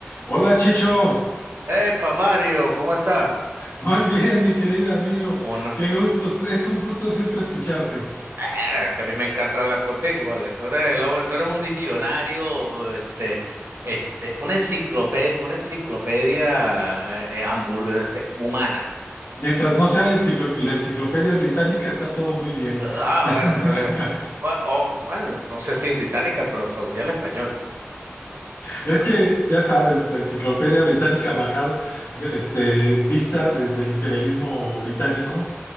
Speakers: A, on the left; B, on the right.
A: Hola Chicho,
B: Epa, Mario, ¿cómo estás?
A: muy bien mi querido amigo,
B: Una...
A: qué gusto, es un gusto siempre escucharte.
B: Ah, que a mí me encanta hablar contigo, ¿vale? Tú eres el hombre, tú eres un diccionario, este, este, una enciclopedia, una enciclopedia eh, eh, ambul- este, humana.
A: Mientras no sea la enciclo- la enciclopedia británica está todo muy bien.
B: Ah,
A: <laughs>
B: bueno, eh, o- o- bueno, no sé si británica, pero traducida al español, pues.
A: Es que ya sabes, la enciclopedia británica bajada, este, vista desde el imperialismo británico,